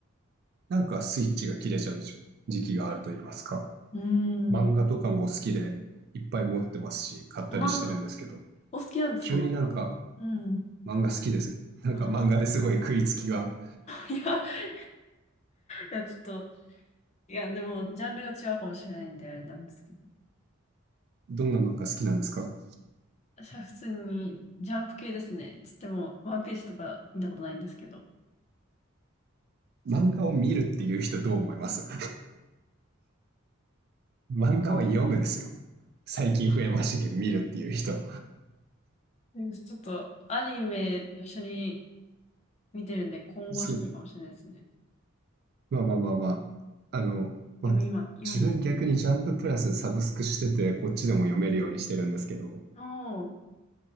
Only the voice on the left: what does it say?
うー
ん。
漫画、お好きなんですか漫画。
うん。
はい。<laughs> いや、<laughs> いや、ちょっと、いや、でも、ジャンルが違うかもしれないんで、あれなんですけど。
私は普通に、ジャンプ系ですね。つっても、ワンピースとか見たことないんですけど。
でもちょっと、アニメと一緒に見てるんで、混合してるかもしれないですね。
読みま、読ん、
おー、